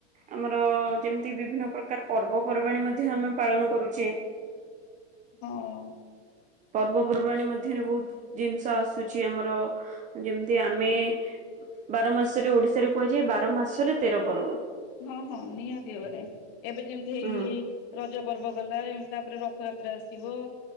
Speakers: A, on the right (about 20°); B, on the left (about 45°).
A: ଆମର ଯେମତି ବିଭିନ୍ନ ପ୍ରକାର ପର୍ବପର୍ବାଣି ମଧ୍ୟ ଆମେ ପାଳନ କରୁଚେ।
B: ହଁ।
A: ପର୍ବପର୍ବାଣୀ ମଧ୍ୟରେ ବହୁତ୍ ଜିନଷ ଆସୁଚି ଆମର ଯେମତି ଆମେ ବାର ମାସରେ ଓଡିଶାରେ କୁହାଯାଏ ବାର ମାସରେ ତେର ପର୍ବ।
B: ହଁ ହଁ ନିହାତି ଭାବରେ ଏବେ ଯେମତି ହେଇ
A: ହୁଁ
B: ରଜ ପର୍ବ ଗଲା ଏମ ତାପରେ ରଥଯାତ୍ରା ଆସିବ